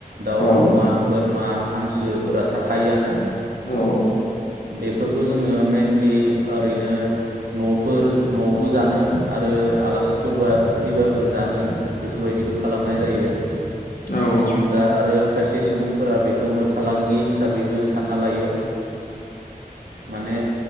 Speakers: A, on the right (about 85°); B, on the left (about 65°).
A: दाउ
B: औ
A: अमा बोरमा हांसोफोरा थाखायोआनो
B: औ
A: बेफोरखौ जोङो मेइनलि ओरैनो न'फोर न'आवबो जानो आरो आलासिफोरबा फैबाफोर जानो बेफोरबायदिखौ खालामनाय जायो
B: औ
A: दा आरो खायसे सुबुंफोरा बेखौनो फालांगि हिसाबैबो सानना लायो माने